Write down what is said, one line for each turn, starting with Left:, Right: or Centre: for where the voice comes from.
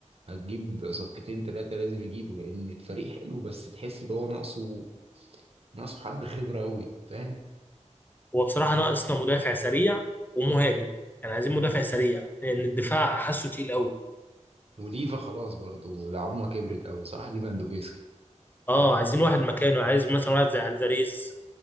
Right: هتجيب صفقتين ثلاثة لازم يجيبوا لأن الفريق حلو بس تحس إن هو ناقصه ناقصه حد خبرة أوي فاهم
Left: هو بصراحة ناقصنا مدافع سريع ومهاجم يعني عايزين مدافع سريع لأن الدفاع حاسه تقيل قوي
Right: وليفا خلاص برضه العظمة كبرت أوي صح ليفاندوفسكي
Left: اه عايزين واحد مكانه عايز مثلا واحد زي الفاريز